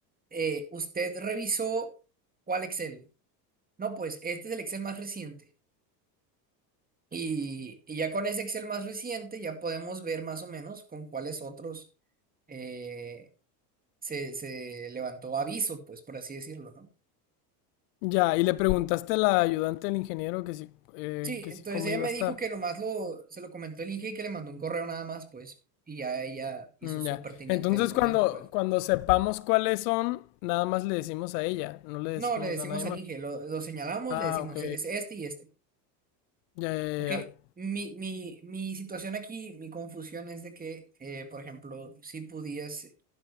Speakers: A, on the right (about 15°); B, on the left (about 70°).
A: eh, ¿usted revisó cuál Excel? No, pues este es el Excel más reciente. Y, y ya con ese Excel más reciente ya podemos ver más o menos con cuáles otros eh, se, se levantó aviso, pues por así decirlo, ¿no?
B: Ya, y le preguntaste a la ayudante del ingeniero que sí eh,
A: Sí,
B: que
A: entonces
B: sí cómo
A: ella
B: iba
A: me
B: a estar.
A: dijo que nomás lo, se lo comentó el Inge y que le mandó un correo nada más, pues, y ya ella hizo
B: Mm,
A: su
B: ya.
A: pertinente
B: Entonces
A: movimiento,
B: cuando,
A: pues.
B: cuando sepamos cuáles son, nada más le decimos a ella, no le
A: No,
B: decimos
A: le decimos
B: a nadie
A: al
B: más.
A: Inge, lo, lo señalamos,
B: Ah,
A: le decimos,
B: ok.
A: es este y este.
B: Ya, ya,
A: Ok,
B: ya. ya.
A: mi, mi, mi situación aquí, mi confusión es de que, eh, por ejemplo, si pudiese,